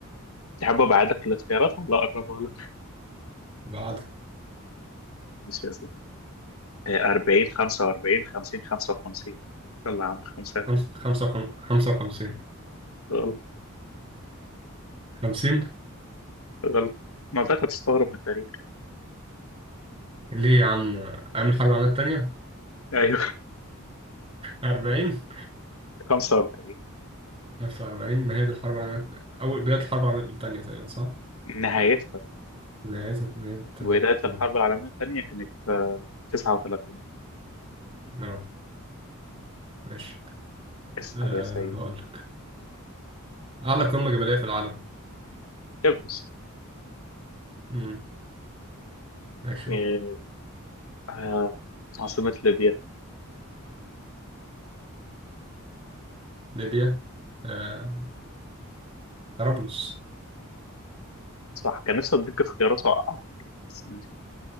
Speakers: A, on the left; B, on the right.
A: تحب أبعدك الاختيارات ولا أقربها لك؟
B: بعد
A: مش لازم آه 40 45 50 55 يلا يا عم خمسة تاني
B: خمسة خمسة وخم- خمسة وخمسين
A: غلط
B: خمسين
A: غلط ما أنت تستغرب من التاريخ
B: ليه يا عم أيام الحرب العالمية التانية
A: أيوه
B: أربعين
A: <laughs> 45
B: 1940 نهاية الحرب العالمية أول بداية الحرب العالمية التانية تقريبا صح؟
A: نهايتها
B: نهاية نهاية التانية
A: بداية
B: مم.
A: الحرب العالمية الثانية كانت آه 39
B: أه ماشي
A: اسأل
B: أه
A: يا سيد
B: هقول لك أعلى قمة جبلية في العالم
A: إيفرست
B: مم. ماشي
A: آه،
B: قول
A: آه، عاصمة ليبيا
B: ليبيا أه طرابلس
A: صح كان نفسي أديك اختيارات وأوقعك بس ماشي